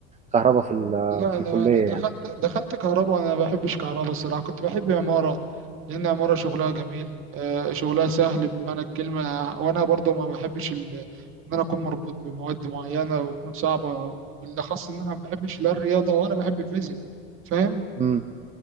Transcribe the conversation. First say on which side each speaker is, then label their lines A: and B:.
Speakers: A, on the right; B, on the right.
A: كهرباء في ال...
B: لا
A: في
B: لا
A: الكلية
B: انا دخلت
A: يعني
B: دخلت كهرباء وانا ما بحبش كهرباء الصراحه كنت بحب عماره لان عماره شغلها جميل آه، شغلها سهل بمعنى الكلمه وانا برضو ما بحبش ال- ان انا اكون مربوط بمواد معينه وتكون صعبه بالاخص ان انا ما بحبش لا الرياضه ولا بحب الفيزياء فاهم
A: امم